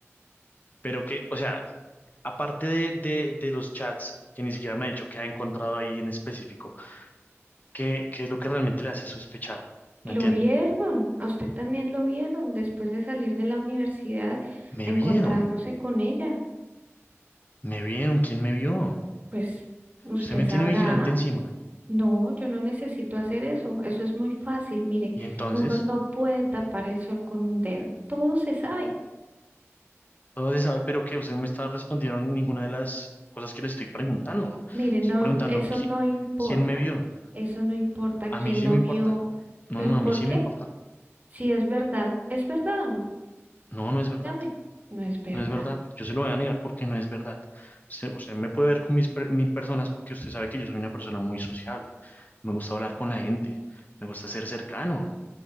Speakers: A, on the left; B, on the right.
A: Pero que, o sea, aparte de, de, de los chats, que ni siquiera me ha dicho que ha encontrado ahí en específico, ¿qué, qué es lo que realmente le hace sospechar?
B: Lo
A: No entiendo.
B: vieron, a usted también lo vieron después de salir de la universidad
A: Me
B: encontrándose
A: vieron.
B: con ella.
A: Me vieron, ¿quién me vio?
B: Pues usted
A: Usted me
B: sabrá.
A: tiene vigilante encima.
B: No, yo no necesito hacer eso. Eso es muy fácil. Mire,
A: Y entonces,
B: uno no puede tapar el sol con un dedo. Todo se sabe.
A: todo se sabe, pero que usted no me está respondiendo ninguna de las cosas que le estoy preguntando.
B: Mire, no,
A: Estoy preguntando,
B: eso
A: ¿qui-
B: no importa.
A: ¿quién me vio?
B: Eso no importa quién
A: A mí sí
B: lo
A: me importa.
B: vio.
A: No,
B: Pero
A: no, a
B: ¿por
A: mí sí
B: qué?
A: me importa.
B: Si es verdad, ¿es verdad o no?
A: No, no es verdad.
B: Dígame. No es verdad.
A: No es verdad. Yo se lo voy a negar porque no es verdad. Usted, usted me puede ver con mis per- mil personas porque usted sabe que yo soy una persona muy sociable. Me gusta hablar con la gente. Me gusta ser cercano,